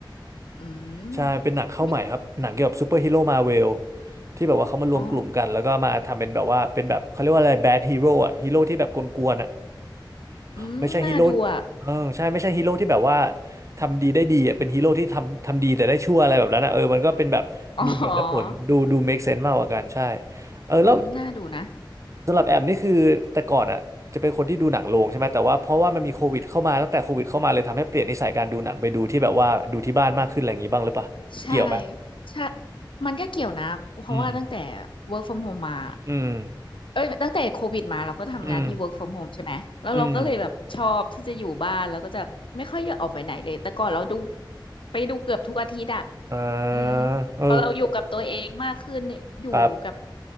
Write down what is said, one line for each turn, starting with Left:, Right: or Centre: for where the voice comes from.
Left: อืม
Right: ใช่เป็นหนังเข้าใหม่ครับหนังเกี่ยวกับซูเปอร์ฮีโร่มาเวล
Left: ไม่
Right: ที่แบบว่าเขามารวมกลุ่มกันแล้วก็มาทำเป็นแบบว่าเป็นแบบเขาเรียกว่าอะไรแบดฮีโร่อะฮีโร่ที่แบบกวนๆอะ
Left: อ๋อ อืมน่าดูอ่ะ
Right: ไม่ใช่ฮีโร่เออใช่ไม่ใช่ฮีโร่ที่แบบว่าทำดีได้ดีอะเป็นฮีโร่ที่ทำทำดีแต่ได้ชั่วอะไรแบบนั้นอะเออมันก็เป็นแบบมีเหตุและผลดูดู
Left: อ๋อ
Right: make sense มากกว่ากันใช่เออแล้ว
Left: อืมน่าดูนะ
Right: สำหรับแอมนี่คือแต่ก่อนอะจะเป็นคนที่ดูหนังโรงใช่ไหมแต่ว่าเพราะว่ามันมีโควิดเข้ามาตั้งแต่โควิดเข้ามาเลยทำให้เปลี่ยนนิสัยการดูหนังไปดูที่แบบว่าดูที่บ้านมากขึ้นอะไรอย่างงี้บ้างหรือเปล่าเกี่ยวไหม
Left: ใช่ใช่มันก็เกี่ยวนะเพราะว่าตั้งแต่
Right: อืม
Left: work from home มา
Right: อืม
Left: เอ้ยตั้งแต่โควิดมาเราก็ทำงานที่
Right: อืม
Left: work from home ใช่ไหมแล้วเราก็เลยแบบชอบที่จะอยู่บ้านแล้วก็จะไม่ค่อยอยากออกไปไหนเลยแต่ก่อนเราดู
Right: อืม
Left: ไปดูเกือบทุกอาทิตย์อะ
Right: อ่า
Left: อืมอืมพอเราอยู่กับตัวเองมากขึ้นเนี่ยอยู่กับ
Right: เออครับ